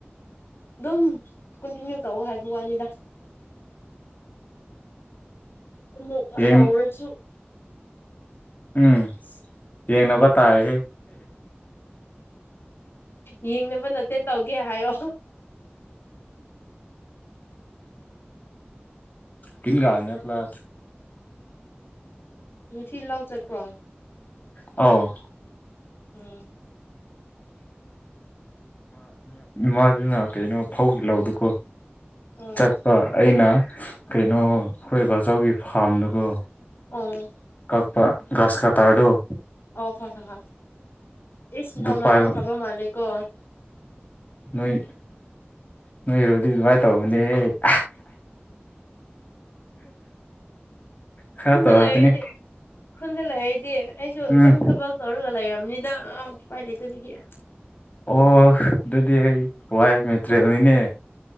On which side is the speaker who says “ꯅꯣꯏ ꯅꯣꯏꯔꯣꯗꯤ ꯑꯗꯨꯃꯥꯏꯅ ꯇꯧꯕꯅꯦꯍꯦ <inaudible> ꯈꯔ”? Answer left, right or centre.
Left